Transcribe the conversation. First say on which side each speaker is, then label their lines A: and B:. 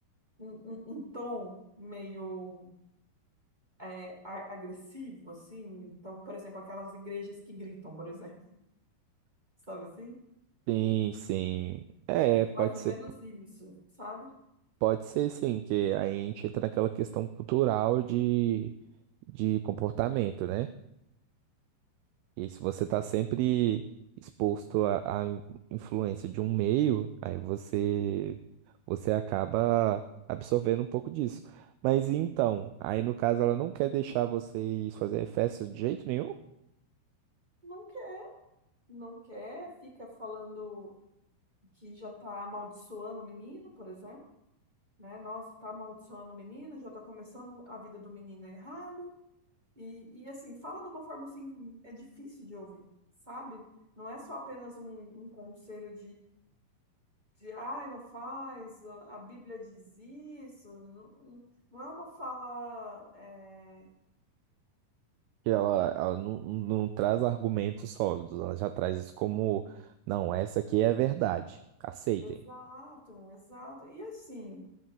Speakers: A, on the right; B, on the right.
A: um, um- um tom meio é, a- agressivo, assim. Então, por exemplo, aquelas igrejas que gritam, por exemplo, <laughs> sabe assim?
B: Sim, sim. É, pode
A: Mais ou
B: ser,
A: menos isso, sabe?
B: pode ser sim, que aí a gente entra naquela questão cultural de, de comportamento, né? E se você tá sempre exposto à, à influência de um meio, aí você, você acaba absorvendo um pouco disso. Mas então, aí no caso ela não quer deixar vocês fazerem festas de jeito nenhum?
A: Não quer, não quer, fica falando que já tá amaldiçoando o menino, por exemplo, né? Nossa, tá amaldiçoando o menino, já tá começando a vida do menino errada. E, e assim, fala de uma forma assim, é difícil de ouvir, sabe? Não é só apenas um, um conselho de ai, não faz, a Bíblia diz isso, não, não não é uma fala é,
B: que ela, ela não, não traz argumentos sólidos, ela já traz isso como, não, essa aqui é a verdade, aceitem.
A: exato, exato. E assim,